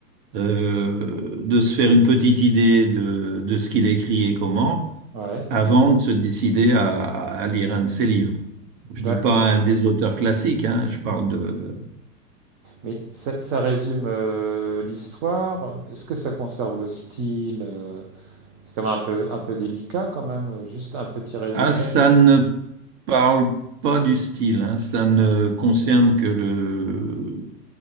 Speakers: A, on the right; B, on the right.
A: euh, de se faire une petite idée de, de ce qu'il écrit et comment,
B: Ouais.
A: avant de se décider à, à lire un de ses livres. Je
B: D'accord.
A: dis pas un des auteurs classiques, hein, je parle
B: Mhm.
A: de...
B: Mais ça, ça résume euh, l'histoire. Est-ce que ça conserve le style? euh, C'est quand même un peu, un peu délicat quand même. Juste un petit résumé.
A: Ah, ça
B: c'est-
A: ne parle pas du style, hein, ça ne
B: Ouais.
A: concerne que le...